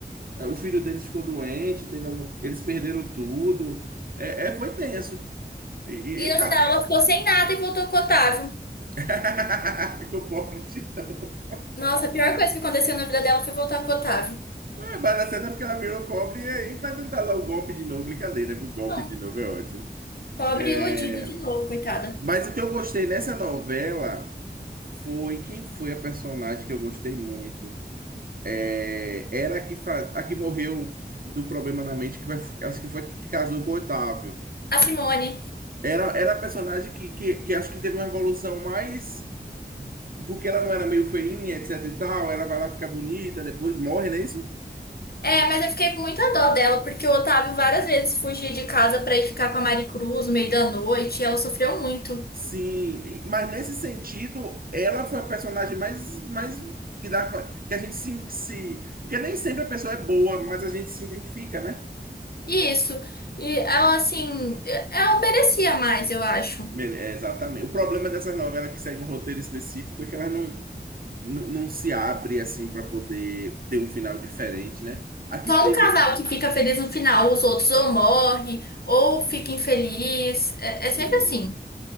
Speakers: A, on the right; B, on the left.
A: É, O filho deles ficou doente, teve algum... eles perderam tudo. É, é foi tenso. E,
B: E
A: e o
B: no
A: cara
B: final ela ficou sem nada e voltou com o Otávio.
A: <laughs> ficou pobre de novo.
B: Nossa, a pior coisa que aconteceu na vida dela foi voltar com o Otávio.
A: É, mas a cena é porque ela virou pobre e aí vai tentar dar o golpe de novo. Brincadeira, o golpe
B: Não,
A: de novo é ótimo.
B: pobre
A: É...
B: e iludida de novo, coitada.
A: Mas o que eu gostei nessa novela foi quem foi a personagem que eu gostei muito. É... Era a que, faz... a que morreu do problema na mente, que vai... acho que foi a que casou com o Otávio.
B: A Simone.
A: Era, era a personagem que, que, que acho que teve uma evolução mais. Porque ela não era meio feinha, etc e tal, ela vai lá ficar bonita, depois morre, não é isso?
B: É, mas eu fiquei com muita dó dela, porque o Otávio várias vezes fugia de casa pra ir ficar com a Mari Cruz no meio da noite, e ela sofreu muito.
A: Sim, e- mas nesse sentido, ela foi a personagem mais, mais que dá pra- que a gente se, se. Porque nem sempre a pessoa é boa, mas a gente se identifica, né?
B: E isso. E ela, assim, é, ela merecia mais, eu acho.
A: Mel- é, exatamente. O problema dessas novelas que seguem um roteiro específico é que elas não, não, não se abrem assim para poder ter um final diferente, né? Aqui
B: Só
A: teve.
B: um casal que fica feliz no final, os outros ou morre, ou fica infeliz. É,
A: Sim,
B: é sempre assim.